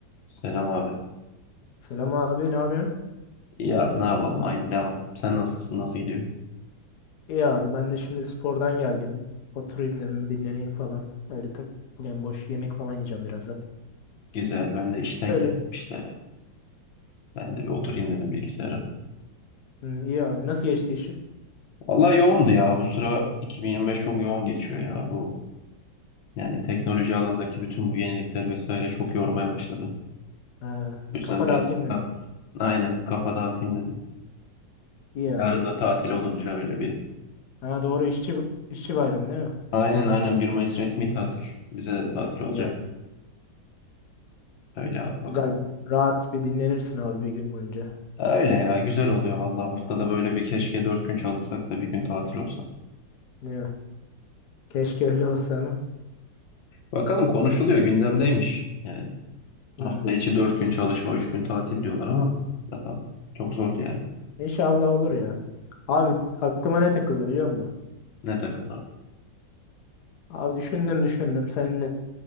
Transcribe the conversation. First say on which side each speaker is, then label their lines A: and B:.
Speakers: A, on the left; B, on the left.
A: Selam abi.
B: Selam abi, ne yapıyorsun?
A: İyi abi ne yapalım aynı devam. Sen nasılsın nasıl gidiyor?
B: İyi abi, ben de şimdi spordan geldim. Oturayım dedim, dinleneyim falan. Öyle takılayım, boş yemek falan yiyeceğim birazdan.
A: Güzel ben de işten
B: Öyle.
A: geldim işte. Ben de bir oturayım dedim bilgisayara.
B: Hı, iyi abi, nasıl geçti işi?
A: Vallahi yoğundu ya bu sıra 2025 çok yoğun geçiyor ya bu. Yani teknoloji alanındaki bütün bu yenilikler vesaire çok yormaya başladı.
B: Ha,
A: O yüzden
B: kafa
A: biraz
B: dağıtayım dedim.
A: da aynen bir kafa dağıtayım dedim.
B: İyi
A: Yarın
B: abi.
A: da tatil olunca öyle bir.
B: Ha doğru, işçi işçi bayramı değil mi?
A: Aynen aynen bir Mayıs resmi tatil. Bize de tatil olacak.
B: İyi abi.
A: Öyle abi bakalım.
B: Güzel, rahat bir dinlenirsin abi bir gün boyunca.
A: Öyle ya güzel oluyor vallahi haftada böyle bir keşke 4 gün çalışsak da bir gün tatil olsa.
B: Değil mi? Keşke öyle olsa ama.
A: Bakalım konuşuluyor gündemdeymiş. Yani
B: Hı,
A: hafta içi 4 gün çalışma 3 gün tatil diyorlar ama bakalım. Çok zordu yani.
B: İnşallah olur ya. Abi aklıma ne takıldı biliyor musun?
A: Ne takıldı?
B: Abi düşündüm düşündüm. Senin de